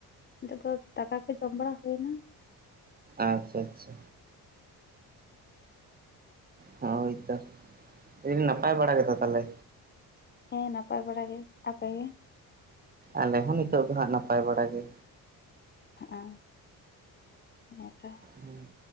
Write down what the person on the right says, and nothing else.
ᱟᱪᱷᱟ-ᱟᱪᱷᱟ ᱦᱳᱭ ᱛᱚ ᱞᱟᱹᱭᱫᱟᱹᱧ ᱱᱟᱯᱟᱭ ᱵᱟᱲᱟ ᱜᱮᱛᱚ ᱛᱟᱦᱞᱮ?
ᱟᱞᱮ ᱦᱚᱸ ᱱᱤᱛᱚᱜ ᱫᱚ ᱦᱟᱸᱜ ᱱᱟᱯᱟᱭ ᱵᱟᱲᱟ ᱜᱮ
ᱦᱮᱸ